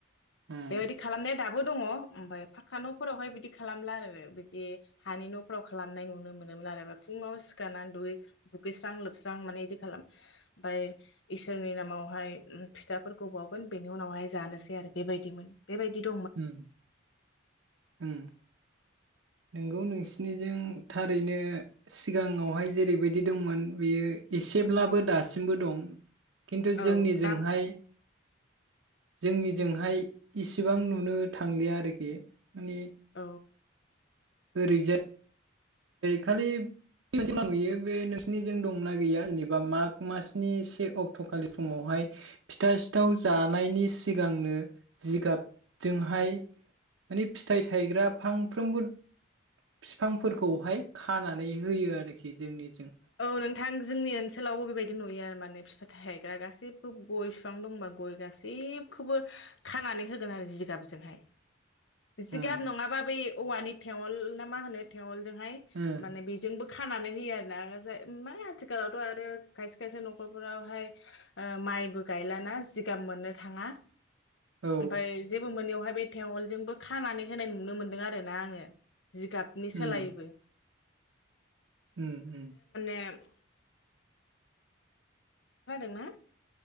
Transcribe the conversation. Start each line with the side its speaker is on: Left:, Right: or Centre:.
Right: उम
Left: बेबायदि खालामनाया दाब बो दङ ओमफ्राय फाका न'फोरावहाय बिदि खालामला आरो बिदि हानि न'फोराव खालामनाय नुनो मोनोमोन आरो फुङाव सिखारनानै दुगै-दुगैस्रां लोबस्रां माने इदि खालाम ओमफाय इसोरनि नामावहाय फिथाफोरखौ बावगोन बेनि उनावहाय जानोसै आरो बेबायदिमोन बेबायदिथ'
Right: उम उम नोंगौ नोंसिनिजों थारैनो सिगाङावहाय जेरैबायदि दंमोन बेयो एसेब्लाबो दासिमबो दं। खिन्थु
Left: औ
Right: जोंनिजोंहाय
Left: दा
Right: जोंनिजोंहाय इसिबां नुनो थांलिया आरोखि माने
Left: औ
Right: ओरैजाय खालि <unintelligible> नुयो बे नोंसिनिजों दंनाा गैया जेनेबा माग मासनि से अक्ट' खालि फुङावहाय फिथा सिथाव जानायनि सिगांनो जिगाबजोंहाय माने फिथाइ थायग्रा फांफ्रोमबो बिफांफोरख खौहाय खानानै होयो आरोखि जोंनि
Left: औ नोंथां जोंनि ओनसोलावबो बेबायदि नुयो आरो माने फिथाय थाइग्रा गासैबो गय बिफां दंबा गय गाैबखौबो खानानै होगोन आरो जिगाबजोंहाय जिगाब
Right: उम
Left: नङाबा बै औवानि थेवल ना मा होनो थेवल जोंहाय
Right: उम
Left: माने बेजोंबो खानानै होयो आरो ना जाय माने आथिखालावथ' आरो खायसे खायसे न'खरफोरावहाय ओ माइबो गायलाना जिगाम मोननो थाङा।
Right: औ
Left: ओमफाय जेबो मोनैयावहाय बे थेवलजोंबो खानानै होनाय नुनो मोनदों आरो ना आङो जिगाबनि
Right: उम
Left: सोलायबो
Right: उम उम
Left: <inaudible> खोनादों ना?